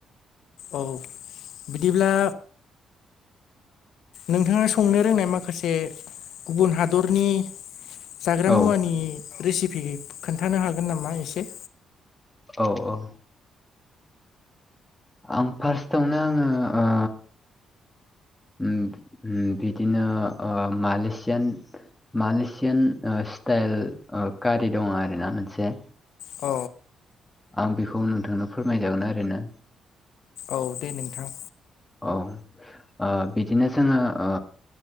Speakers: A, on the left; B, in the centre.
A: औ बिदिब्ला नोंथाङा संनो रोंनाय माखासे गुबुन हादरनि जाग्रा
B: औ
A: मुवानि रेसिपि खोन्थानो हागोन नामा एसे?
B: औ औ। आं फार्स्टआवनो आंङो ओ उम उम बिदिनो ओ मालेसियान मालेसियान ओ स्टाइल ओ कारि दङ' आरोना मोनसे
A: अ
B: आं बेखौ नोंथांनो फोरमायजागोन आरोना।
A: औ दे नोंथां।
B: औ ओ बिदिनो जोङो ओ